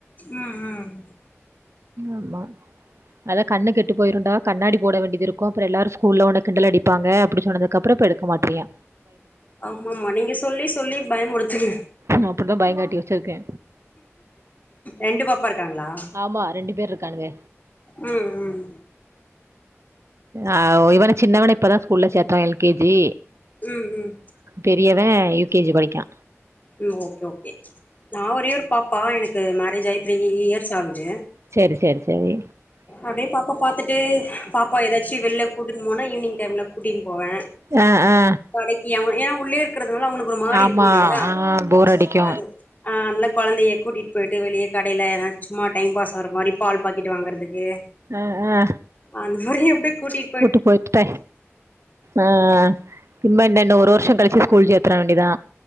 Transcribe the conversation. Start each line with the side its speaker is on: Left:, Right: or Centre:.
Left: ம் ம்
Right: ஆமா அதா கண்ணு கெட்டு போயிருண்டா கண்ணாடி போட வேண்டியது இருக்கு அப்பற எல்லாரு ஸ்கூல்ல ஒன்ன கிண்டல் அடிப்பாங்க அப்டி சொன்னதுக்கப்ற இப்ப எடுக் க்கமாட்டிய
Left: ஆமாம்மா நீங்க சொல்லி சொல்லி பயமுருத்துங்க
Right: அப்டிதா பயங்காட்டி வச்சிருக்கே
Left: ரெண்டு பாப்பா இருக்காங்ளா
Right: ஆமா ரெண்டு பேர் இருக்கானுங்க
Left: ம் ம்
Right: ஆ இவன சின்னவன இப்பதா ஸ்கூல்ல சேத்தோ எல் கே ஜி
Left: ம் ம்
Right: பெரியவ யூ கே ஜி படிக்கா
Left: ம் ஓகே ஓகே நா ஒரே ஒரு பாப்பா எனக்கு மேரேஜ் ஆகி த்ரீ இயர்ஸ் ஆகுது
Right: சேரி சேரி சேரி
Left: அப்டியே பாப்பா பாத்துட்டு பாப்பா எதாச்சு வெளில கூட்டுன் போனா ஈவ்னிங் டைம்ல கூட்டின்னு போவே
Right: ஆ ஆ
Left: கடைக்கு அவ ஏனா உள்ளே இருக்கிறதுனால அவ்ங்களுக்கு ஒரு மாரி
Right: ஆமா
Left: இருக்கு இல்லையா
Right: ஆ போர் அடிக்கு
Left: அது ஆ அத்னால கொழந்தைய கூட்டிட்டு போயிட்டு வெளிய கடைல எதா சும்மா டைம் பாஸ் ஆகுற மாரி பால் பாக்கெட் வாங்கற்த்துக்கு
Right: ஆ ஆ
Left: வானு உருகி அப்டியே கூட்டிட்
Right: கூட்டு போய்ட்டுதே ஆ இன்ன என்ன இன்ன ஒரு வர்ஷ கழிச்சு ஸ்கூல் சேத்துற வேண்டிதா